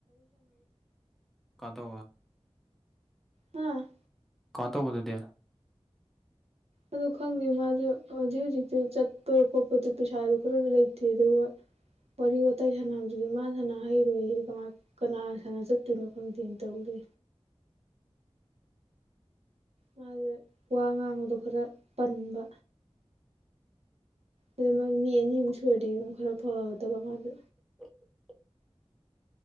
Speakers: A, in the centre; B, on the right.
A: ꯀꯥꯗ
B: ꯎꯝ
A: ꯀꯥꯏ ꯇꯧꯕꯗꯨꯗꯤ
B: ꯑꯗꯨ ꯈꯪꯗꯦ ꯃꯥꯁꯨ ꯍꯧꯖꯤꯛ ꯍꯧꯖꯤꯛꯇꯤ ꯆꯠꯄ ꯈꯣꯠꯄꯗꯨ ꯄꯩꯁꯥꯗꯨ ꯈꯔꯁꯨ ꯂꯩꯇꯦ ꯑꯗꯨꯒ ꯋꯥꯔꯤ ꯋꯥꯇꯥꯏ ꯁꯥꯟꯅꯕ ꯍꯧꯁꯤ ꯃꯥ ꯁꯥꯟꯅ ꯍꯩꯔꯣꯏ ꯍ ꯀ ꯀꯅꯥ ꯁꯥꯟꯅ ꯆꯠꯇꯣꯏꯅꯣ ꯈꯪꯗꯦꯅ ꯇꯧꯗꯦ ꯃꯥꯁꯦ ꯋꯥ ꯉꯥꯡꯕꯗꯣ ꯈꯔ ꯄꯟꯕ ꯑꯗꯨꯗ ꯃꯥꯒꯤ ꯃꯤ ꯑꯅꯤꯃꯨꯛ ꯁꯨꯔꯔꯗꯤ ꯑꯃꯨꯛ ꯈꯔ ꯐꯒꯗꯕ ꯃꯥꯗꯣ
A: ꯎ <unintelligible>